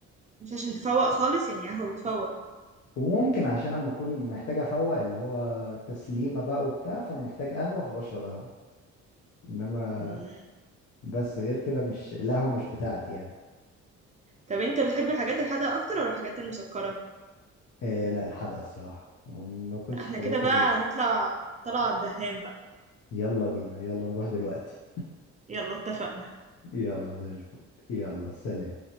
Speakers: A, on the right; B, on the left.
A: مش عشان تفوق خالص يعني قهوه بتفوق
B: وممكن عشان اما اكون محتاج افوق اللي هو تسليمه بقى وبتاع فانا محتاج قهوه فبشرب قهوه انما
A: مم.
B: بس غير كده مش القهوه مش بتاعتي يعني
A: طب انت بتحب الحاجات الحادقه اكتر ولا الحاجات المسكره
B: إيه لا الحدقه الصراحه ما باكلش
A: احنا
B: سكريات
A: كده
B: كتير
A: بقى نطلع طلعه على الدهان بقى
B: يلا بينا يلا نروح دلوقتي
A: يلا اتفقنا
B: يلا زي الفل يلا سلام